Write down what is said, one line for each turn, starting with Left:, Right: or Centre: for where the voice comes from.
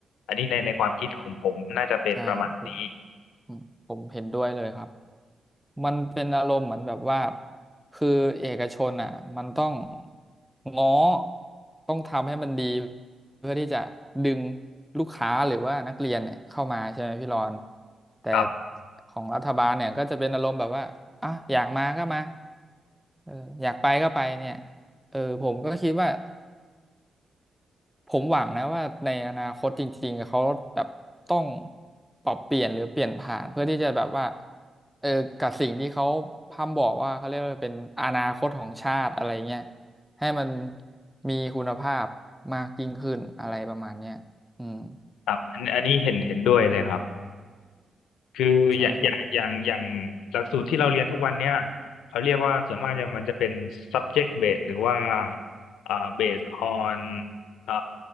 Left: อันนี้ในในความคิดของผมน่าจะเป็นประมาณนี้
Centre: ใช่ผมผมผมเห็นด้วยเลยครับ มันเป็นอารมณ์เหมือนแบบว่าคือเอกชนอ่ะมันต้องง้อต้องทำให้มันดีเพื่อที่จะดึงลูกค้าหรือว่านักเรียนเนี่ยเข้ามาใช่ไหมพี่รอนแต่
Left: ครับ
Centre: ของรัฐบาลเนี่ยก็จะเป็นอารมณ์แบบว่าอ่ะอยากมาก็มาเอออยากไปก็ไปเนี่ยเออผมก็คิดว่า ผมหวังนะว่าในอนาคตจริงๆเขาแบบต้องปรับเปลี่ยนหรือเปลี่ยนผ่านเพื่อที่จะแบบว่าเออกับสิ่งที่เขาพร่ำบอกว่าเขาเรียกว่าเป็นอนาคตของชาติอะไรเงี้ยให้มันมีคุณภาพมากยิ่งขึ้นอะไรประมาณเนี้ยอืม
Left: ครับอันอันนี้เห็นเห็นด้วยเลยครับ คืออย่างอย่างอย่างอย่างหลักสูตรที่เราเรียนทุกวันเนี่ย
Centre: ใช่ครับ
Left: เขาเรียกว่าส่วนมากจะมันจะเป็น subject based หรือว่าอ่า based on อ่า